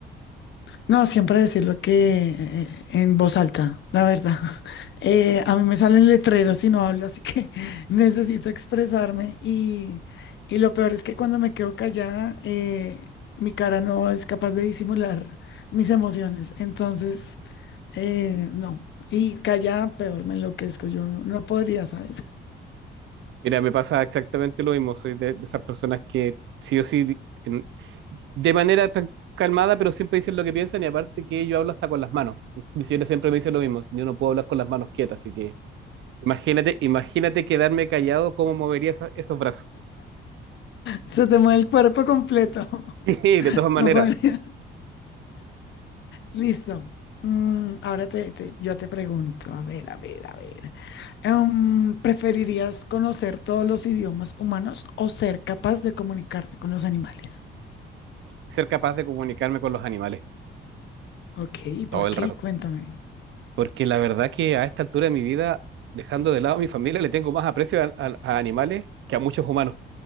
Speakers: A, on the left; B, on the right.
A: No, siempre decir lo que eh, en voz alta, la verdad. <laughs> Eh, a mí me salen letreros y no hablo, así que <laughs> necesito expresarme. Y, y lo peor es que cuando me quedo callada, eh, mi cara no es capaz de disimular mis emociones. Entonces, eh, no. Y callada, peor, me enloquezco. Yo no, no podría, ¿sabes?
B: Mira, me pasa exactamente lo mismo. Soy de, de esas personas que sí o sí, di- en- de manera tan calmada, pero siempre dicen lo que piensan y aparte que yo hablo hasta con las manos. Mi señora siempre me dice lo mismo. Yo no puedo hablar con las manos quietas, así que imagínate, imagínate quedarme callado, cómo movería esa- esos brazos. <laughs>
A: Se te mueve el cuerpo completo. <laughs>
B: Sí, de todas maneras,
A: No podría. Listo. Mm, ahora te, te- yo te pregunto, a ver, a ver, a ver. Em, ¿preferirías conocer todos los idiomas humanos o ser capaz de comunicarte con los animales?
B: ser capaz de comunicarme con los animales
A: Ok, ¿y por
B: todo el
A: qué?
B: rato.
A: Cuéntame.
B: Porque la verdad que a esta altura de mi vida, dejando de lado a mi familia, le tengo más aprecio a, a- a animales que a muchos humanos.